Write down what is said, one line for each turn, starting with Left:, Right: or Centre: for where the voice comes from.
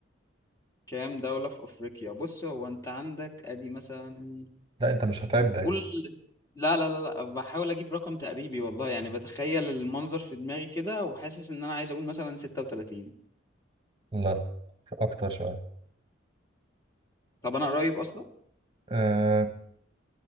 Left: كام دولة في أفريقيا بص هو أنت عندك أدي مثلا
Right: لا أنت مش هتعد أكيد
Left: قول لا لا لا لا بحاول اجيب رقم تقريبي والله يعني بتخيل المنظر في دماغي كده وحاسس ان انا عايز اقول مثلا 36
Right: لا أكتر شوية
Left: طب انا قريب اصلا
Right: آه،